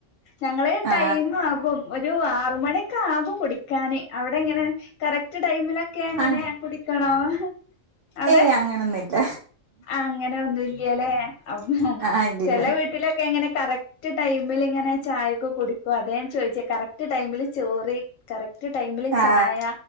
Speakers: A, on the left; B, on the right.
A: ഞങ്ങളെ റ്റൈം
B: ആ
A: ആകും ഒരു ആറ് മണിക്കാകും കുടിക്കാന് അവിടെ എങ്ങനെ കറക്റ്റ് ടൈമിലൊക്കെ എങ്ങനെ
B: ആ
A: കുടിക്കണോ അവിടെ
B: ഏയ് അങ്ങനൊന്നില്ല
A: അങ്ങനെ ഒന്നുല്ലേല്ലേ അവ്
B: ആ ഇല്ലില്ല
A: ചെല വീട്ടിലൊക്കെ അങ്ങനെ കറക് റ്റ് ടൈമില് ഇങ്ങനെ ചായൊക്കെ കുടിക്കും അത ഞാൻ ചോദിച്ചെ കറക്റ്റ് ടൈമിൽ ചോറി കറ ക്റ്റ് ടൈമില്
B: ആ
A: ചായ